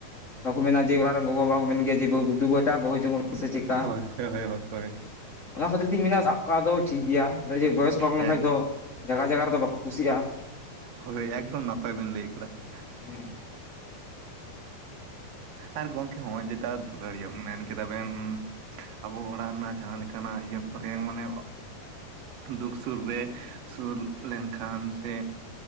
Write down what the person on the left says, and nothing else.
ᱵᱟᱠᱚ ᱢᱮᱱᱟ ᱡᱮ ᱚᱲᱟᱜ ᱨᱮᱱ ᱜᱚᱜᱚ ᱵᱟᱵᱟ ᱠᱚ ᱢᱮᱱ ᱜᱮᱭᱟ ᱡᱮ ᱵᱟᱹᱦᱩ ᱫᱩ ᱵᱮᱴᱟ ᱵᱟ. ᱦᱩ ᱡᱚᱝ ᱢᱮ ᱥᱮ ᱪᱮᱫᱠᱟ
ᱚᱱᱟ ᱠᱷᱟᱹᱛᱤᱨ ᱛᱤᱧ ᱢᱮᱱᱟ ᱥᱟᱵ ᱠᱟᱜ ᱫᱚ ᱴᱷᱤᱠ ᱜᱮᱭᱟ ᱪᱮᱫᱟᱜ ᱡᱮ ᱵᱚᱭᱚᱥ ᱯᱟᱨᱚᱢ
ᱞᱮᱠᱷᱟᱡ ᱫᱚ ᱡᱟᱜᱟ ᱡᱟᱜᱟ ᱨᱮᱫᱚ ᱵᱟᱠᱚ ᱠᱩᱥᱤᱜᱼᱟ ᱾
<unintelligible>